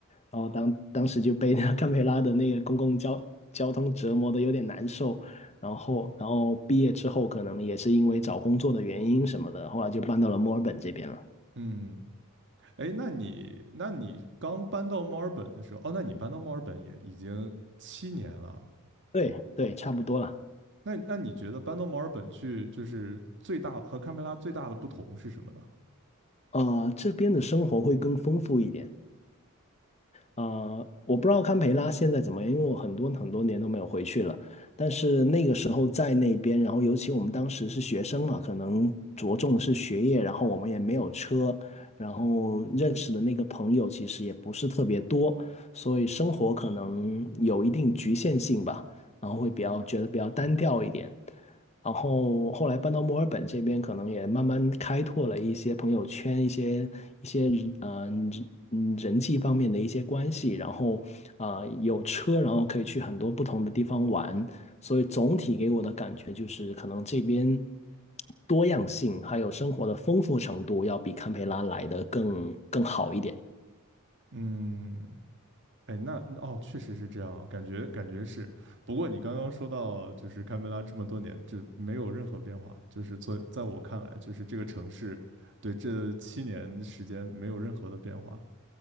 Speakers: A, on the left; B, on the right.
A: 然后当当时就被那堪培拉的那个公共交交通折磨的有点难受，然后然后毕业之后可能也是因为找工作的原因什么的，后来就搬到了墨尔本这边了。
B: 嗯，哎，那你那你刚搬到墨尔本的时候，哦，那你搬到墨尔本也已经七年了
A: 对对，差不多了。
B: 那那你觉得搬到墨尔本去，就是最大和堪培拉最大的不同是什么呢？
A: 呃，这边的生活会更丰富一点。呃，我不知道堪培拉现在怎么样，因为我很多很多年都没有回去了。但是那个时候在那边，然后尤其我们当时是学生嘛，可能着重的是学业，然后我们也没有车，然后认识的那个朋友其实也不是特别多，所以生活可能有一定局限性吧，然后会比较觉得比较单调一点。然后后来搬到墨尔本这边，可能也慢慢开拓了一些朋友圈，一些一些嗯人嗯人际方面的一些关系，然后啊、呃有车，然后可以去很多不同的地方玩，所以总体给我的感觉就是，可能这边多样性还有生活的丰富程度要比堪培拉来的更更好一点。
B: 嗯，哎，那哦，确实是这样啊，感觉感觉是。不过你刚刚说到，就是堪培拉这么多年就没有任何变化，就是在在我看来，就是这个城市对这七年时间没有任何的变化。